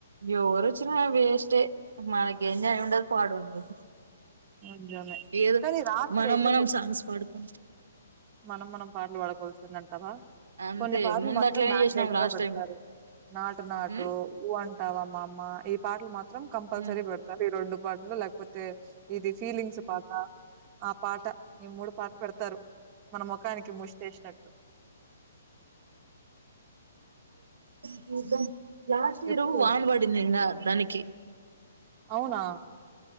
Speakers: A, on the right (about 80°); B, on the right (about 25°).
A: ఎవరొచ్చిన వేస్ట్ ఏ మనకు ఎంజాయ్ ఉండదు పాడు ఉండదు
B: నిజమే.
A: ఏదో
B: కానీ రాత్రయితే
A: మనం మనం
B: కొంచెం
A: సాంగ్స్ పాడుకుని
B: మనం మనం పాటలు పాడుకోవాల్సిందంటావా
A: అంతే
B: కొన్ని పాటలు
A: ముందు
B: మాత్రం
A: అట్లనే
B: మ్యాండేటర్గా
A: చేసినాం లాస్ట్
B: పెడతారు
A: టైము
B: నాటు నాటు
A: ఉమ్
B: ఊ అంట్ అంటావా మమా ఈ పాటలు మాత్రం కంపల్సరీ
A: ఉమ్
B: పెడతారు ఈ రొండు పాటలు లేకపోతే ఇది ఫీలింగ్స్ పాట ఆ పాట ఈ మూడు పాటలు పెడతారు మన ముఖానికి ముష్టెషినట్టు
A: చూద్దాం లాస్ట్ ఇయర్
B: ఎప్పుడు?
A: వాన పడింది ఇంగా దానికి
B: అవునా